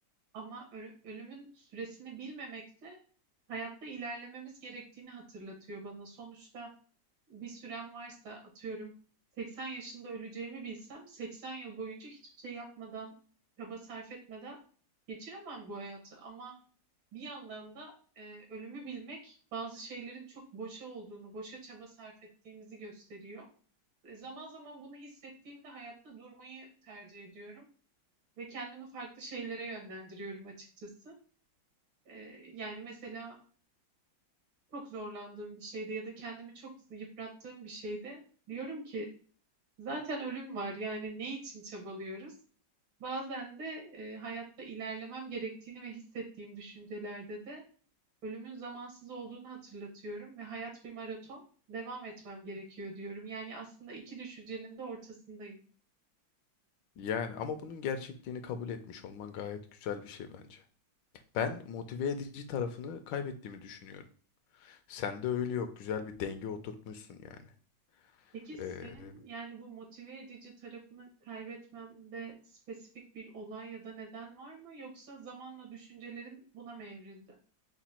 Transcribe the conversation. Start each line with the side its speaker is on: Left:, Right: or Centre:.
Right: Ama ölü- ölümün süresini bilmemek de hayatta ilerlememiz gerektiğini hatırlatıyor bana. Sonuçta bir sürem varsa atıyorum 80 yaşında öleceğimi bilsem 80 yıl boyunca hiçbir şey yapmadan, çaba sarf etmeden geçiremem bu hayatı. Ama bir yandan da e, ölümü bilmek bazı şeylerin çok boşa olduğunu, boşa çaba sarf ettiğimizi gösteriyor. E, zaman zaman bunu hissettiğimde hayatta durmayı tercih ediyorum ve kendimi farklı şeylere yönlendiriyorum açıkçası. Ee, yani mesela çok zorlandığım bir şeyde ya da kendimi çok yıprattığım bir şeyde diyorum ki zaten ölüm var yani ne için çabalıyoruz? Bazen de e, hayatta ilerlemem gerektiğini ve hissettiğim düşüncelerde de ölümün zamansız olduğunu hatırlatıyorum ve hayat bir maraton devam etmem gerekiyor diyorum. Yani aslında iki düşüncenin de ortasındayım.
Left: Yani ama bunun gerçekliğini kabul etmiş olman gayet güzel bir şey bence. Ben motive edici tarafını kaybettiğimi düşünüyorum. Sende öyle yok. Güzel bir denge oturtmuşsun yani.
Right: Peki senin
Left: Ee,
Right: yani bu motive edici tarafını kaybetmemde spesifik bir olay ya da neden var mı? Yoksa zamanla düşüncelerin buna mı evrildi?